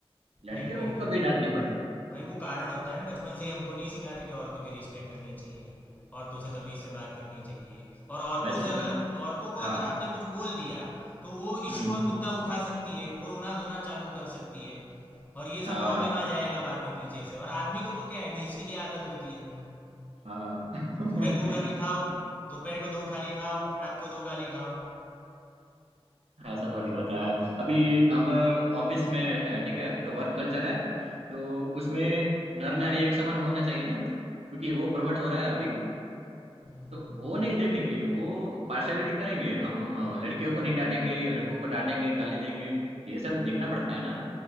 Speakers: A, on the right (about 80°); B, on the left (about 15°).
A: लड़कियों
B: भाई लड़कियों
A: को कभी
B: का
A: डांट नहीं पड़ती है
B: भाई वो कारण होता है ना बचपन से ही हमको नहीं सिखाते कि औरतों की रिस्पेक्ट करनी चाहिए औरतों से तमीज से बात करनी चाहिए और औरतों
A: वैसे
B: से अगर
A: वे-
B: औरतों को
A: हाँ
B: अगर आपने कुछ बोल दिया तो वो
A: हम्म
B: इशू और मुद्दा उठा सकती है वो रोना धोना चालू कर सकती है और ये सब
A: हाँ
B: प्रॉब्लम आ जाएगा बाद में पीछे से और आदमी को तो क्या है बेइज्जती की आदत होती है
A: हाँ
B: सुबह दो गाली खाओ दोपहर को दो खाली खाओ रात को दो गाली खाओ
A: <laughs> ऐसा थोड़ी होता है अभी हम ऑफिस में है ठीक है तो वर्क कल्चर है तो उसमें नर नारी एक समान होना चाहिए ना क्योंकि वो प्रमोट हो रहा है अभी
B: हम्म,
A: तो वो नहीं देखेंगे वो पार्शलिटी करेंगे हम अ, लड़कियों को नहीं डांटेंगे लड़कों को डांटेंगे गाली देंगे ये सब देखना पड़ता है ना